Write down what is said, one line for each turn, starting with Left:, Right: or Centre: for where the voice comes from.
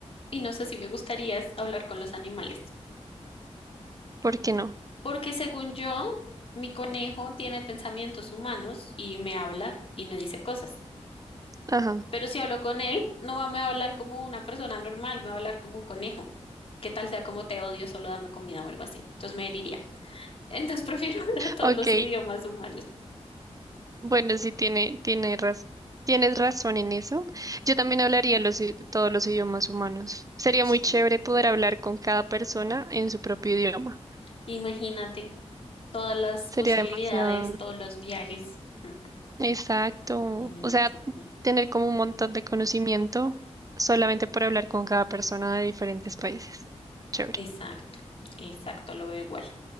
Left: y no sé si me gustaría es hablar con los animales,
Right: ¿Por qué no?
Left: porque según yo, mi conejo tiene pensamientos humanos y me habla y me dice cosas.
Right: Ajá.
Left: Pero si hablo con él, no va- me va a hablar como una persona normal, me va a hablar como un conejo. ¿Qué tal sea como te odio, solo dame comida o algo así? Entonces me heriría. Entonces prefiero <laughs> hablar todos
Right: Ok,
Left: los idiomas humanos.
Right: bueno, sí tiene, tiene raz- tienes razón en eso. Yo también hablaría los i- todos los idiomas humanos. Sería muy chévere
Left: Mm.
Right: poder hablar con cada persona en su propio idioma.
Left: Imagínate todas las
Right: Sería
Left: posibilidades,
Right: demasiado.
Left: todos los viajes. Mm.
Right: Exacto.
Left: Sí,
Right: O sea,
Left: sí, sí.
Right: tener como un montón de conocimiento solamente por hablar con cada persona de diferentes países. Chévere.
Left: Exacto, exacto, lo veo igual.